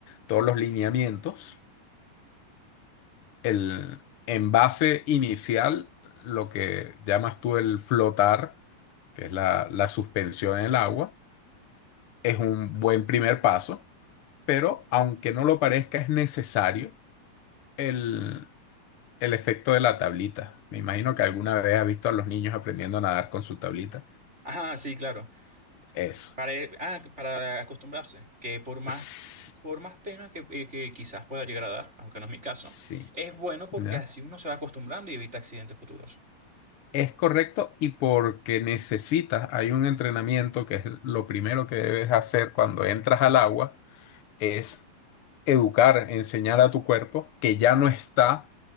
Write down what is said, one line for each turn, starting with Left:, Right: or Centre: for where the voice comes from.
Left: todos los lineamientos, el envase inicial, lo que llamas tú el flotar, que es la, la suspensión en el agua, es un buen primer paso, pero aunque no lo parezca, es necesario el, el efecto de la tablita. Me imagino que alguna vez has visto a los niños aprendiendo a nadar con su tablita.
Right: Ah, sí, claro.
Left: Eso.
Right: Para, ir- ah, para acostumbrarse, que por más,
Left: S-
Right: por más pena que, eh, que quizás pueda llegar a dar, aunque no es mi caso,
Left: Sí.
Right: es bueno porque
Left: ¿Ya?
Right: así uno se va acostumbrando y evita accidentes futuros.
Left: Es correcto y porque necesitas, hay un entrenamiento que es lo primero que debes hacer cuando entras al agua, es educar, enseñar a tu cuerpo que ya no está